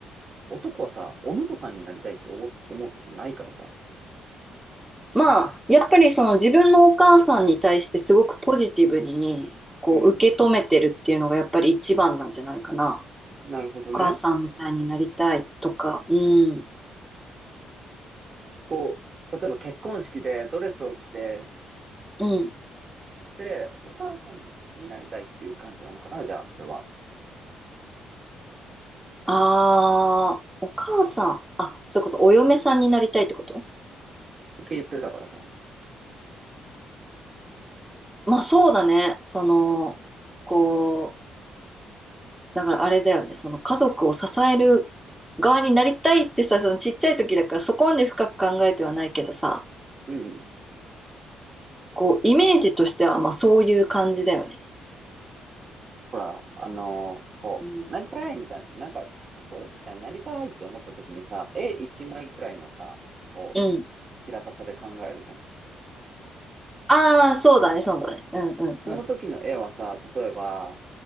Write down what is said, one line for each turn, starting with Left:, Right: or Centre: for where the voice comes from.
Right: 男はさ、お婿さんになりたいって思う、思うことないからさ。
Centre: まあ、やっぱりその自分のお母さんに対してすごくポジティブに、こう、
Right: うん。
Centre: 受け止めてるっていうのがやっぱり一番なんじゃないかな。
Right: なるほどね。
Centre: お母さんみたいになりたいとか、うん。
Right: こう、例えば結婚式でドレスを着て、
Centre: うん。
Right: で、お母さんになりたいっていう感じなのかなじゃあ、それは。
Centre: ああ、お母さん。あ、それこそお嫁さんになりたいってこと
Right: って言ってたからさ。
Centre: まあそうだね。その、こう、だからあれだよね。その家族を支える側になりたいってさ、そのちっちゃい時だからそこまで深く考えてはないけどさ、
Right: うんうん。
Centre: こう、イメージとしてはまあそういう感じだよね。
Right: ほら、あのー
Centre: うん。
Right: なりたいみたいな、なんか、ちっちゃい頃ってさ、なりたいって思った時にさ、絵一枚くらいのさ、を
Centre: うん。
Right: 平たさで考えるじゃん。
Centre: ああ、そうだね、そうだね。うんうんうん。
Right: その時の絵はさ、例えば、